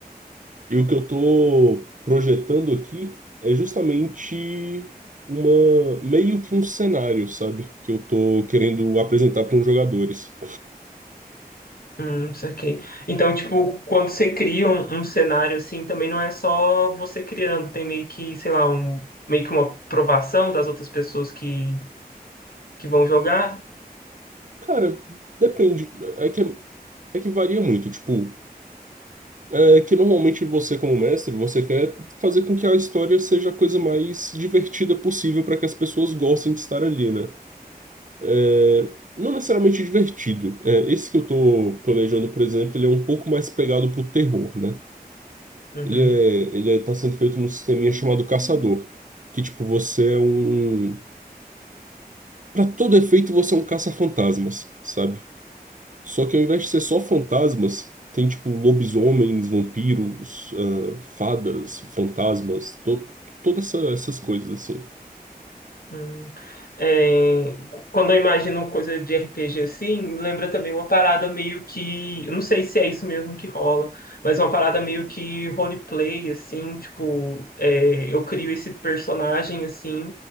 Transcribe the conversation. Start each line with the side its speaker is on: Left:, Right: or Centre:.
Right: E o que eu tô projetando aqui é justamente uma meio que um cenário, sabe, que eu tô querendo apresentar para os jogadores.
Left: Hum, saquei. Então, tipo, quando você cria um, um cenário assim, também não é só você criando, tem meio que, sei lá, um, meio que uma aprovação das outras pessoas que, que vão jogar.
Right: Cara, depende, é que é é que varia muito, tipo É que normalmente você, como mestre, você quer fazer com que a história seja a coisa mais divertida possível para que as pessoas gostem de estar ali, né? É, não necessariamente divertido. É, esse que eu tô planejando, por exemplo, ele é um pouco mais pegado pro terror, né?
Left: Uhum.
Right: Ele é, ele é, tá sendo feito num sisteminha chamado Caçador, que tipo, você é um... Para todo efeito, você é um caça-fantasmas, sabe? Só que ao invés de ser só fantasmas, tem tipo lobisomens, vampiros, ah, fadas, fantasmas, to todas essa- essas coisas assim.
Left: Hum, é, cu- quando eu imagino coisa de RPG assim, me lembra também uma parada meio que, eu não sei se é isso mesmo que rola, mas uma parada meio que roleplay assim, tipo, é, eu crio esse personagem assim